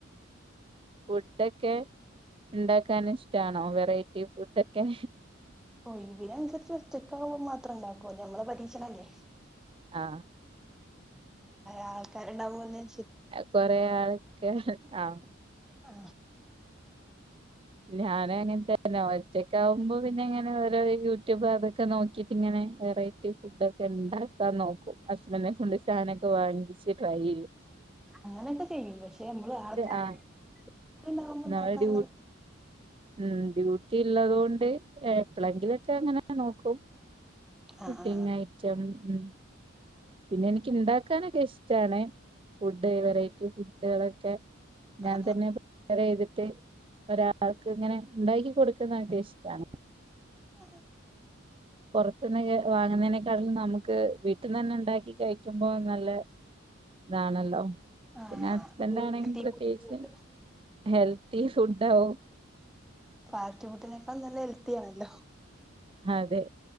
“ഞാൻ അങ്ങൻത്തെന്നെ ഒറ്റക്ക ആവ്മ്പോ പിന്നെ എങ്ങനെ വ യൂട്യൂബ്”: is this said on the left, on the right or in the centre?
Right